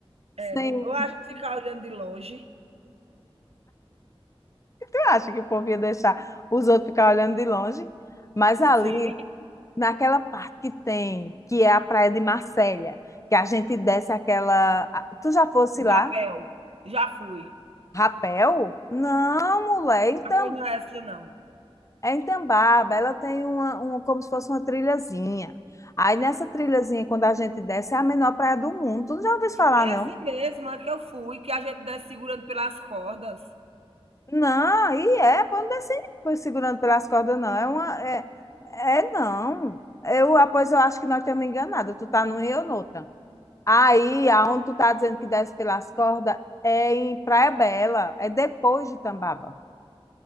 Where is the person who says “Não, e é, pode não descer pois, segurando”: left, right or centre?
Left